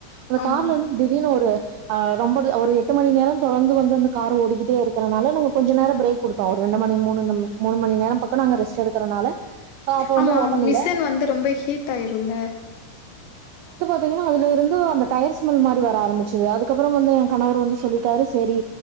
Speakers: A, on the right; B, on the left.
A: அந்த
B: அம்
A: கார்ல இருந்து திடீர்னு ஒரு அ ரொம்பது ஒரு எட்டு மணி நேரம் தொடர்ந்து வந்தந்த கார ஓடிக்கிட்டே இருக்றனால நாங்க கொஞ்ச நேரோ ஃப்ரேக் குடுத்தோ ஒரு ரெண்டு மணி மூணு ம் மூணு மணி நேரம் பக்கோ நாங்க ரெஸ்ட் எடுக்கறனால அப்ப
B: ஆமா
A: வந்து ஓட்டம் இல்ல
B: மிஷின் வந்து ரொம்ப ஹீட் ஆயிருல்ல.
A: த்தீங்கன்னா அதுல இருந்து அந்த டயர் ஸ்மெல் மாரி வர ஆரம்பிச்சது அதுக்கப்றம் வந்து ஏன் கணவர் வந்து சொல்லிட்டாரு சேரி